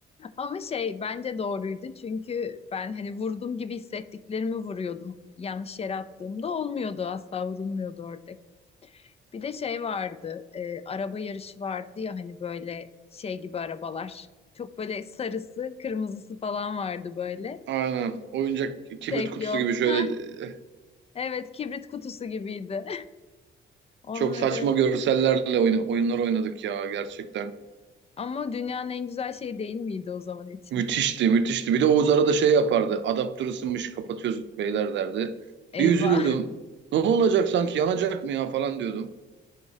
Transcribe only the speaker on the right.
Aynen. Oyuncak kibrit
kutusu
gibi şöyle
eh,
çok saçma görsellerle oyna- oyunlar oynadık ya gerçekten.
Müthişti, müthişti. Bir de Oğuz arada şey yapardı. Adaptör ısınmış, kapatıyoruz beyler derdi.
Bir üzülürdüm.
Ne olacak sanki yanacak mı ya falan diyordum.